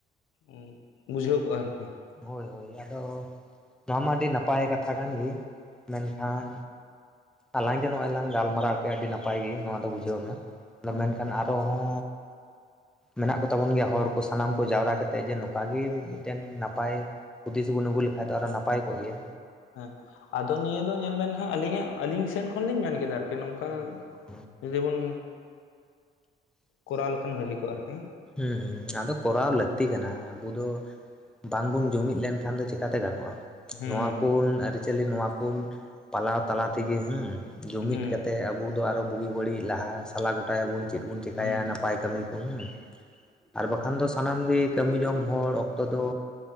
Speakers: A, on the left; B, in the centre.
A: ‌ᱩᱸ ᱵᱩᱡᱷᱟᱹᱣ ᱠᱚᱜ-ᱟ ᱟᱨᱠᱤ᱾
B: ᱦᱳᱭ ᱦᱳᱭ, ᱟᱫᱚ ᱱᱚᱣᱟ ᱚᱱᱟ ᱢᱟ ᱟᱹᱰᱤ ᱱᱟᱯᱟᱭ ᱠᱟᱛᱷᱟ ᱠᱟᱱ ᱜᱤ ᱢᱮᱱᱠᱷᱟᱱᱼᱼ ᱟᱞᱟᱝ ᱡᱮ ᱱᱚᱜ-ᱚᱸᱭ ᱞᱟᱝ ᱜᱟᱞᱢᱟᱨᱟᱣ ᱠᱮᱜ-ᱟ, ᱟᱹᱰᱤ ᱱᱟᱯᱟᱭ ᱜᱤ ᱱᱚᱣᱟ ᱫᱚ ᱵᱩᱡᱷᱟᱹᱣ ᱱᱟ, ᱟᱫᱚ
A: ᱦᱮᱸ
B: ᱢᱮᱱᱠᱷᱟᱱ ᱟᱨᱚ ᱦᱚᱸᱼᱼ ᱢᱮᱱᱟᱜ ᱠᱚᱛᱟ ᱵᱚᱱ ᱜᱮᱭᱟ ᱦᱚᱲ ᱠᱚ ᱥᱟᱱᱟᱢ ᱠᱚ ᱡᱟᱣᱨᱟ ᱠᱟᱛᱮᱜ ᱡᱮ ᱱᱚᱝᱠᱟ ᱜᱤ ᱢᱤᱫᱴᱮᱱ ᱱᱟᱯᱟᱭᱼᱼ ᱦᱩᱫᱤᱥ ᱵᱩᱱ ᱟᱹᱜᱩ ᱞᱮᱠᱷᱟᱡ ᱫᱚ ᱟᱨᱚ ᱱᱟᱯᱟᱭ ᱠᱚᱜ ᱜᱮᱭᱟ᱾
A: ᱦᱮᱸ ᱟᱫᱚ ᱱᱤᱭᱟᱹ ᱫᱚ ᱧᱮᱞ ᱵᱮᱱ ᱦᱟᱸᱜ ᱟᱹᱞᱤᱧᱟᱜ, ᱟᱹᱞᱤᱧ ᱥᱮᱱ ᱠᱷᱚᱱ ᱞᱤᱧ ᱢᱮᱱ ᱠᱮᱫᱟ ᱟᱨᱠᱤ ᱱᱩᱝᱠᱟᱼᱼ
B: ᱦᱩᱸ
A: ᱡᱩᱫᱤ ᱵᱩᱱ ᱠᱚᱨᱟᱣ ᱞᱮᱠᱷᱟᱱ ᱵᱷᱟᱹᱞᱤ ᱠᱚᱜ-ᱟ, ᱟᱨᱠᱤ᱾
B: ᱦᱩᱸ ᱟᱫᱚ ᱠᱚᱨᱟᱣ ᱞᱟᱹᱠᱛᱤ ᱠᱟᱱᱟ ᱟᱵᱩ ᱫᱚᱼᱼ ᱵᱟᱝ ᱵᱩᱱ ᱡᱩᱢᱤᱫ ᱞᱮᱱᱠᱷᱟᱱ ᱫᱚ ᱪᱮᱠᱟᱛᱮ ᱜᱟᱱᱚᱜ-ᱟ᱾
A: ᱦᱩᱸ
B: ᱱᱚᱣᱟ ᱠᱩᱱ ᱟᱹᱨᱤᱼᱪᱟᱹᱞᱤ, ᱱᱚᱣᱟ ᱠᱩᱱ ᱯᱟᱞᱟᱣ ᱛᱟᱞᱟ ᱛᱤᱜᱤ ᱦᱩᱸᱼᱼ ᱡᱩᱢᱤᱫ
A: ᱦᱩᱸ
B: ᱠᱟᱛᱮᱜ ᱟᱵᱩ ᱫᱚ ᱟᱨᱚ ᱵᱩᱜᱤ ᱵᱟᱹᱲᱤᱡ ᱞᱟᱦᱟ ᱥᱟᱞᱟ ᱜᱩᱼᱼ ᱴᱟᱭᱟ ᱵᱩᱱ ᱪᱤᱜ ᱵᱩᱱ ᱪᱤᱠᱟᱭᱟ
A: ᱦᱩᱸ
B: ᱱᱟᱯᱟᱭ ᱠᱟᱹᱢᱤ ᱠᱩ‌ ᱦᱩᱸᱼᱼ ᱟᱨ ᱵᱟᱠᱷᱟᱱ ᱫᱚ ᱥᱟᱱᱟᱢ ᱜᱤ ᱠᱟᱹᱢᱤ ᱡᱚᱢ ᱦᱚᱲ ᱚᱠᱛᱚ ᱫᱚ